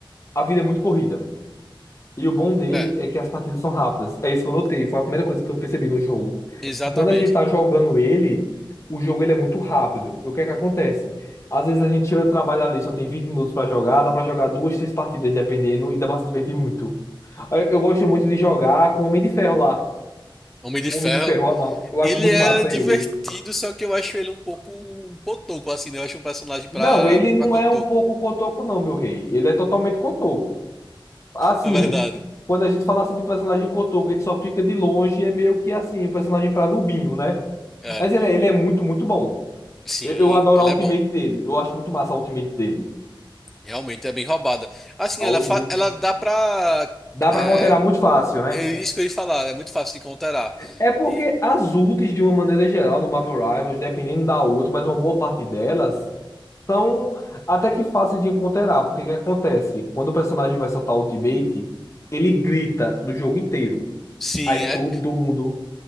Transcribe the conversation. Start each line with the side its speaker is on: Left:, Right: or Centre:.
Left: a vida é muito corrida. E o bom dele
Centre: É,
Left: é que as partidas são rápidas. É isso que eu notei. Foi a primeira coisa que eu percebi no jogo.
Centre: exatamente.
Left: Que quando a gente tá jogando ele, o jogo ele é muito rápido. E o que é que acontece? Às vezes a gente tira o trabalho ali, só tem 20 minutos pra jogar, dá pra jogar duas, três partidas, dependendo, e dá pra se divertir muito. Eu, eu gosto muito de jogar com o Homem de Ferro lá.
Centre: Homem de
Left: O
Centre: Ferro.
Left: Homem de Ferro, ó, ma- eu
Centre: Ele
Left: acho muito
Centre: é
Left: massa
Centre: divertido,
Left: ele.
Centre: só que eu acho ele um pouco cotoco, assim, né? Eu acho um personagem pra,
Left: Não, ele não
Centre: pra cotoco.
Left: é um pouco cotoco, não, meu rei. Ele é totalmente cotoco. Assim,
Centre: É verdade.
Left: quando a gente falasse de personagem cotoco, ele só fica de longe, é meio que assim, o personagem pra nubinho, né?
Centre: É.
Left: Mas ele, é- ele é muito, muito bom.
Centre: Sim,
Left: Eu, eu adoro
Centre: ele
Left: a ultimate
Centre: é bom.
Left: dele. Eu acho muito massa a ultimate dele.
Centre: Realmente é bem roubada. Assim,
Left: A
Centre: ela,
Left: ultimate.
Centre: fa- ela dá pra.
Left: Dá
Centre: É,
Left: pra counterar muito fácil, né?
Centre: é isso que eu ia falar, é muito fácil de counterar.
Left: É porque
Centre: E,
Left: as ultis, de uma maneira geral, no Marvel Rivals, dependendo da ult, mas uma boa parte delas. são até que fáceis de encontrar, porque o que acontece? Quando o personagem vai soltar o ultimate, ele grita no jogo inteiro.
Centre: sim,
Left: Aí
Centre: é.
Left: todo mundo.